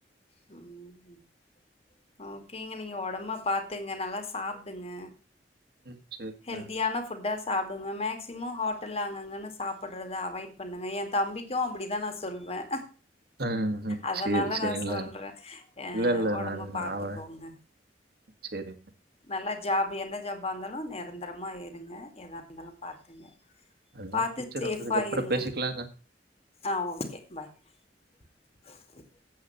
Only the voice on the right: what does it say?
ம் சேரிங்க.
ம் ம்
சேரி சேரிங்கள.
இல்ல இல்ல
நான்
அவன் சேரிங்க.
அதெல்லாம்
ஃபியூச்சர்
வந்ததுக்கப்புறம்
பேசிக்கலாங்க.